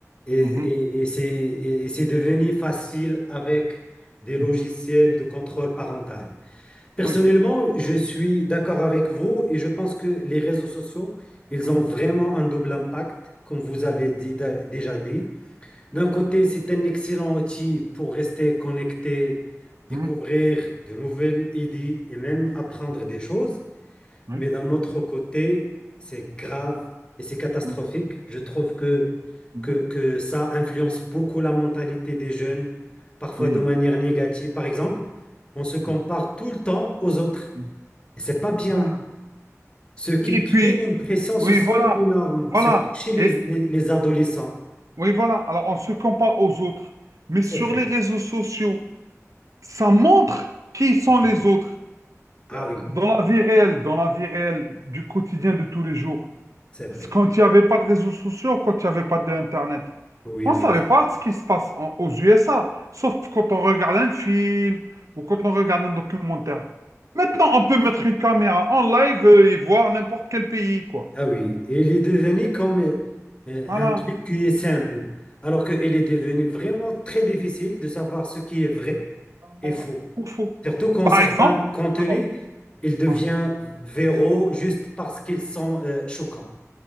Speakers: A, on the left; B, on the right.
A: Et, et,
B: Mhm,
A: et c'est et- et c'est devenu facile avec des logiciels
B: mhm,
A: de contrôle parental. Personnellement,
B: oui.
A: je suis d'accord avec vous et je pense que les réseaux sociaux, ils
B: mhm,
A: ont vraiment un double impact, comme vous avez
B: mhm,
A: dit- déjà dit. D'un côté, c'est un excellent outil pour rester connecté, découvrir
B: mhm, mhm,
A: de nouvelles idées et même apprendre des choses.
B: oui.
A: Mais d'un autre côté, c'est grave et c'est catastrophique.
B: mhm,
A: Je trouve que,
B: mhm,
A: que, que ça influence beaucoup la mentalité des jeunes, parfois
B: oui.
A: de manière négative. Par exemple, on se compare
B: mhm,
A: tout le temps aux autres.
B: mhm.
A: Et c'est pas bien.
B: Voilà.
A: Ce qui
B: Et puis,
A: crée une pression sociale
B: oui, voilà.
A: énorme,
B: Voilà.
A: surtout chez les,
B: Et
A: les les adolescents.
B: oui, voilà. Alors, on se compare aux autres. Mais
A: C'est
B: sur
A: vrai.
B: les réseaux sociaux, ça montre qui sont
A: Oui.
B: les autres
A: Ah
B: euh,
A: oui,
B: dans la vie réelle, dans la vie réelle du quotidien de tous les jours.
A: c'est vrai.
B: C'est Quand il n'y avait pas de réseaux sociaux, quand il n'y avait pas d'Internet,
A: Oui,
B: on
A: oui.
B: ne savait
A: ça-
B: pas ce qui se passe en- aux USA, sauf quand on regarde un film ou quand on regarde un documentaire. Maintenant, on peut mettre une caméra en live euh, et voir n'importe quel pays, quoi.
A: Ah oui, et il est devenu comme euh,
B: Voilà.
A: un truc qui est simple, alors qu'il est devenu vraiment très difficile de savoir ce qui est vrai et
B: Voilà.
A: faux.
B: Ou faux.
A: Surtout quand
B: Par
A: certains
B: exemple,
A: contenus,
B: alors,
A: ils deviennent
B: hein,
A: viraux juste parce qu'ils sont euh, choquants.